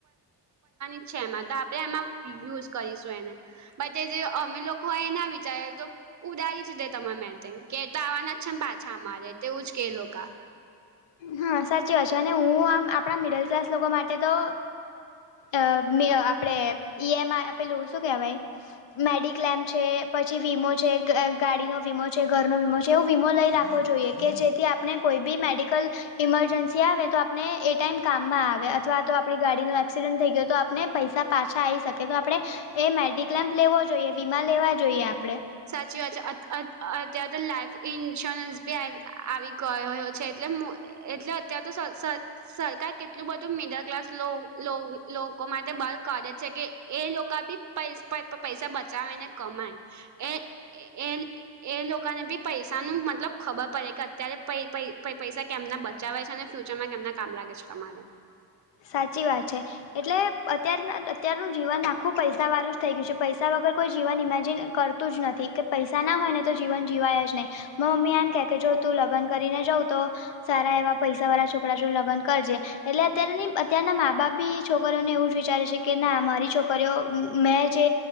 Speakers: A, on the right; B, on the left.
A: જ છે એમાં તો આપણે એમાં. યુઝ કરીશું એને. બ તે જે અમે લોકોય એ ના વિચાર તો ઉદારીશું તે તમારા માટે. કે તો આવવાના છેમ પાછા અમારે તોવુંજ કે લોકો ક.
B: હા સાચી વાત છે અને હું આમ આપણા મિડલ ક્લાસ લોકો માટે તો. અ મે આપડે ઈએમ આઈ આપેલું શું કેવાય. મેડિક્લેમ છે પછી વીમો છે ગાડીનો વીમો છે ઘરનો વીમો છે એવો વીમો લઈ રાખવો જોઈએ. કે જેથી આપને કોઈ બી મેડિકલ. ઈમરજન્સી આવે તો આપને એ ટાઈમ કામમાં આવે અથવા તો આપણી ગાડીનો એક્સિડન્ટ થઈ ગયો તો આપને. પૈસા પાછા આવી શકે તો આપણે એ મેડિકલેમ્પ લેવો જોઈએ વીમા લેવા જોઈએ આપણે.
A: સાચી વાત છે અત્યારે તો લાઈફ ઇન્સ્યોરન્સ બી આવી ગયોયો છે એટલે. એટલે અત્યાર તો. સરકાર કેટલું બધું મિડલ ક્લાસ લો લો લો લોકો માટે <unintelligible> કરે છે કે એ લોકો બી પ પૈસા બચાવે ને કમાય એ એ. એ લોકોને બી પૈસા ન મતલબ ખબર પડે કે અત્યારે પૈસા કેમના બ. જવાય છે અને ફ્યુચરમાં કેમના કામ લાગે છે તમારે.
B: સાચી વાત છે. એટલે અત્યાર અત્યારનું જીવન આખું પૈસા વાળું જ થઈ ગયું છે પૈસા વગર કોઈ જીવન ઇમેજિન કર તું જ નથી કે પૈસા ના હોય ને તો જીવન જીવાય જ નહીં. મા મમ્મી એમ કે કે જો તું ત લગન કરીને જઉં તો સારા એવા પૈસા વાળા છોકરા છો લગ્ન કરજે એટલે અતયારની અત્યારના મા બાપ બી છોકરીઓને એવું જ વિચારે છે કે ના મારી છોકરીઓ મેં જ